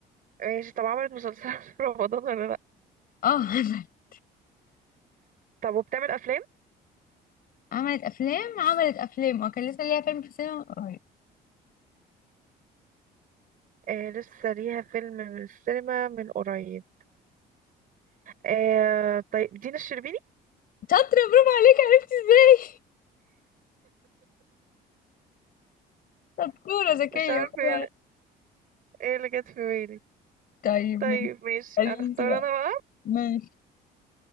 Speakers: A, on the right; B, on the left.
A: ماشي طب عملت مسلسلات <laughs> في رمضان ولا لا
B: اه <laughs> عملت
A: طب وبتعمل افلام
B: عملت افلام عملت افلام وكان لسه ليها فيلم في السينما من قريب
A: آه لسه ليها فيلم من السينما من قريب آه طيب دينا الشربيني
B: شاطره برافو عليك عرفتي ازاي شطوره ذكيه
A: مش عارفة
B: برافو
A: ايه
B: عليك.
A: إيه اللي جت في بالي
B: طيب
A: طيب
B: ماشي
A: ماشي
B: قولي
A: اختار
B: لي انت بقى
A: انا بقى
B: ماشي